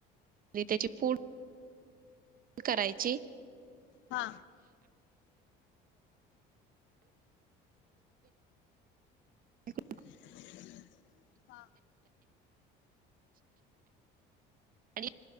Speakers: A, on the right; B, on the left.
A: आणि त्याची फुढ करायची
B: हा
A: <inaudible>
B: <inaudible> हा
A: आणि